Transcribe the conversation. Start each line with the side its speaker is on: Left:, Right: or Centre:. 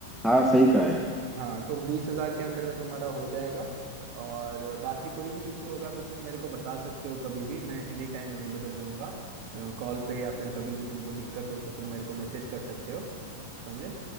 Centre: हाँ
Right: समझ
Centre: सही
Right: रहे
Centre: कहा है
Right: हो हाँ तो बीस हजार के अंदर में तुम्हारा हो जाएगा और बाकी कोई भी इश्यू होगा तो तुम मेरे को बता सकते हो कभी भी मैं एनी टाइम अवेलेबल रहूंगा कॉल पे या फिर कभी भी तुमको दिक्कत हो तो तुम मेरे को मैसेज कर सकते हो समझे